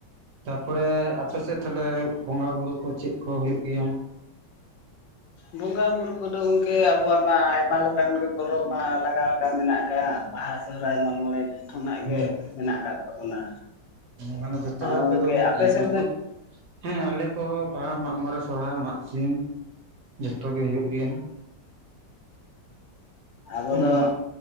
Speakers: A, on the right; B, on the left.
A: ᱛᱟᱯᱚᱨᱮ ᱟᱯᱮ ᱥᱮᱫ ᱛᱟᱦᱞᱮ ᱵᱚᱸᱜᱟ ᱵᱩᱨᱩ ᱠᱚ ᱪᱮᱫ ᱠᱚ ᱦᱩᱭᱩᱜ ᱜᱮᱭᱟ?
B: ᱵᱚᱸᱜᱟ ᱵᱩᱨᱩ ᱠᱚᱫᱚ ᱜᱚᱝᱠᱮ ᱟᱵᱚᱣᱟᱜ ᱢᱟ ᱟᱭᱢᱟ ᱞᱮᱠᱟᱱ ᱜᱮ ᱯᱚᱨᱚᱵᱽ ᱢᱟ ᱞᱟᱜᱟᱣ ᱟᱠᱟᱱ ᱢᱮᱱᱟᱜ ᱟᱠᱟᱜ᱾ ᱵᱟᱦᱟ, ᱥᱚᱦᱚᱨᱟᱭ, ᱢᱟᱜᱽ ᱢᱚᱬᱮ, ᱡᱚᱛᱚᱱᱟᱜ
A: ᱦᱮᱸ
B: ᱜᱮ ᱢᱮᱱᱟᱜ ᱠᱟᱫ ᱛᱟᱵᱚᱱᱟ᱾
A: ᱢᱟᱱᱮ ᱡᱚᱛᱚ ᱜᱮ ᱟᱯᱮ
B: ᱜᱚᱝᱠᱮ
A: ᱫᱚ ᱦᱩᱭᱩᱜ
B: ᱟᱯᱮ
A: ᱜᱮᱭᱟ
B: ᱥᱮᱱ
A: ᱚᱱᱟ ᱠᱚ?
B: ᱫᱚ
A: ᱦᱮᱸ ᱟᱞᱮ ᱠᱚ ᱵᱟᱦᱟ ᱢᱟᱜᱽ ᱢᱚᱬᱮ ᱥᱚᱨᱦᱟᱭ ᱢᱟᱜ ᱥᱤᱢ ᱡᱚᱛᱚ ᱜᱮ ᱦᱩᱭᱩᱜ ᱜᱮᱭᱟ᱾
B: ᱟᱵᱚ ᱫᱚ
A: ᱢᱟᱜ